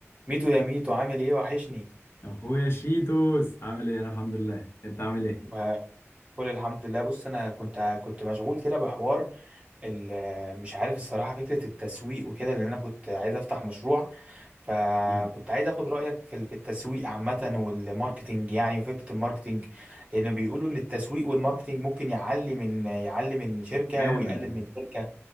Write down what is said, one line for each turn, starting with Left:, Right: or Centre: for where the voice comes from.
Right: ميتو يا ميتو عامل ايه وحشني
Left: اخويا شيتوس عامل ايه انا الحمد لله انت عامل ايه
Right: وقول الحمد لله بص انا كنت كنت مشغول كده بحوار ال- مش عارف الصراحه فكره التسويق وكده لان انا كنت عايز افتح مشروع فكنت
Left: مم.
Right: عايز اخد رايك في ال- في التسويق عامه والماركتينج يعني وفكره الماركتينج لان بيقولوا ان التسويق والماركتينج ممكن يعلي من يعلي من شركه
Left: جامد
Right: ويقلل من شركه